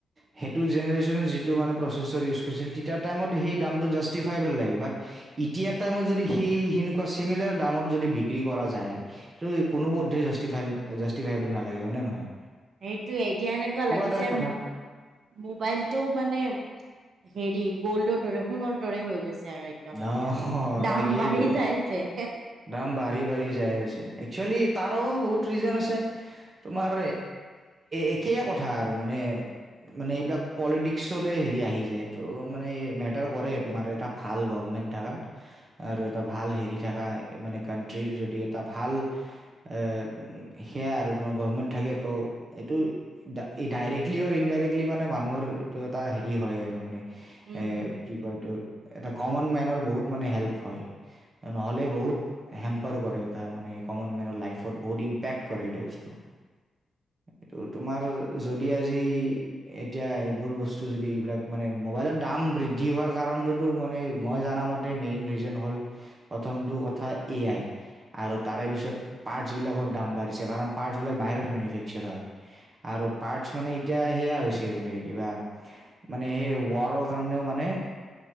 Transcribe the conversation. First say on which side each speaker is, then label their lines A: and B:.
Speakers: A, on the right; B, on the right.
A: <unintelligible> সেইটো জেনেৰেশ্যনৰ যিটো মানে প্ৰচেচৰ ইউজ কৰিছিল তেতিয়া টাইমত সেই দামটো জাষ্টিফাইবল লাগে, বাট এতিয়া টাইমত যদি সেই সেনেকুৱা চিমিলাৰ দামত যদি বিক্ৰী কৰা যায় সেইটো কোনোপধ্যেই জাষ্টি-জাষ্টিফাইবল নালাগে হয় নে নহয়।
B: সেইটোৱে এতিয়া এনেকুৱা লাগিছে
A: টাইপ কথা
B: মোবাইলটো মানে হেৰি গ'ল্ডৰ দৰে, সোণৰ দৰে হৈ গৈছে আৰু একদম
A: অ
B: এতিয়া,
A: তাকেইতো
B: দাম বাঢ়ি যাই আছে।
A: দাম বাঢ়ি বাঢ়ি যাই আছে। একচুৱেলি তাৰো বহুত ৰিজন আছে। তোমাৰ একেই কথা আৰু মানে মানে এইবিলাক পলিটিক্সতে হেৰি আহি যায় ত' মানে মেটাৰ কৰে তোমাৰ এটা ভাল গভমেণ্ট থকা আৰু এটা ভাল হেৰি <unintelligible> মানে কানট্ৰিৰ যদি এটা ভাল আহ, সেয়া আৰু তোমাৰ গভমেণ্ট থাকে তো এইটো ডাইৰেক্টলি আৰু ইনডাইৰেক্টলি মানে মানুহৰ এইটো এটা হেৰি হয় আৰু মানে।
B: উম,
A: এ
B: হুম,
A: কি
B: হুম,
A: কয়, এইটো এটা কমন মেনৰ বহুত মানে হেল্প হয়। নহ'লে বহুত হেম্পাৰ কৰে এটা মানে কমন মেনৰ লাইফত বহুত ইম্পেক্ট কৰে এইটো বস্তু। এইটো তোমাৰ যদি আজি এতিয়া এইবোৰ বস্তু যদি এইবিলাক মানে মোবাইলৰ দাম বৃদ্ধি হোৱাৰ কাৰণটোতো মানে মই জনামতে মেইন ৰিজন হ'ল প্ৰথমটো কথা এ আই। আৰু তাৰে পিছত পাৰ্টছ বিলাকৰ দাম বাঢ়িছে, কাৰণ পাৰ্টছ বিলাক বাহিৰত মেনুফেকচাৰ হয়। আৰু পাৰ্টছ মানে এতিয়া সেয়া হৈছে বোলে কিবা মানে সেই ৱাৰৰ কাৰণেও মানে